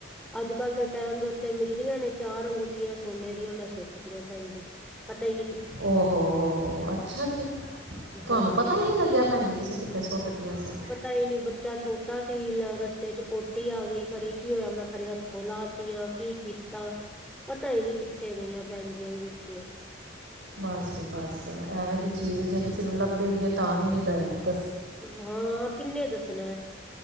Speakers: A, in the centre; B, on the right.
A: ਅੱਜਕੱਲ੍ਹ ਤਾਂ ਟੈਮ ਦੇ ਉੱਤੇ ਮਿਲਦੀਆਂ ਨੇ ਚਾਰ ਅੰਗੂਠੀਆਂ ਸੋਨੇ ਦੀਆਂ ਮੈਂ ਸੁੱਟਦੀਆਂ ਭੈਣ ਜੀ, ਪਤਾ ਹੀ ਨੀ
B: ਓ ਹੋ ਹੋ ਹੋ ਅੱਛਾ ਜੀ।
A: ਹਾਂਜੀ
B: ਤੁਹਾਨੂੰ ਪਤਾ ਹੀ ਨਹੀਂ ਲੱਗਿਆ ਭੈਣ ਜੀ ਤੁਸੀਂ ਕਿੱਥੇ ਸੁੱਟਤੀਆਂ ਸੀ?
A: ਤਾ ਹੀ ਨੀ ਬੱਚਾ ਛੋਟਾ ਸੀ ਰਸਤੇ 'ਚ ਪੋਟੀ ਆ ਗਈ ਖਰੇ ਕੀ ਹੋਇਆ ਮੈਂ ਖਰੇ ਹੱਥੋਂ ਲਾ ਤੀਆਂ ਕੀ ਕੀਤਾ, ਪਤਾ ਹੀ ਨਹੀਂ ਕਿੱਥੇ ਗਈਆਂ ਭੈਣ ਜੀ ਅੰਗੂਠੀਆਂ।
B: ਬਸ ਜੀ ਬਸ ਐਵੇਂ ਦੀ ਚੀਜ਼ ਜੇ ਕਿਸੇ ਨੂੰ ਲੱਭੇਗੀ ਉਹ ਤਾਂ ਵੀ ਨਹੀਂ ਦਏਗਾ।
A: ਹਾਂ ਕਿੰਨੇ ਦੱਸਣਾ,